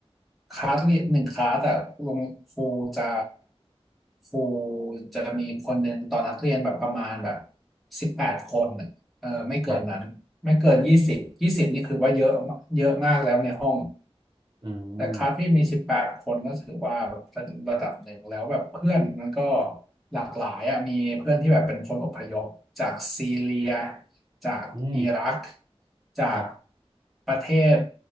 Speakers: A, in the centre; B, on the right.
A: คลาสเรียนหนึ่งคลาสอะลงครูจะครูจะมีคนหนึ่งต่อนักเรียนแบบประมาณแบบสิบแปดคนอะเออไม่เกินนั้นไม่เกินยี่สิบยี่สิบนี่คือว่าเยอะเยอะมากแล้วในห้อง
B: ครับอืม
A: แต่คลาสพี่มีสิบแปดคนก็ถือว่าแบบระดับหนึ่งแล้วแบบเพื่อนมันก็หลากหลายอ่ะมีเพื่อนที่แบบเป็นคนอพยพจากซีเรียจากอิรัก
B: อืม
A: จาก
B: ครับ
A: ประเทศ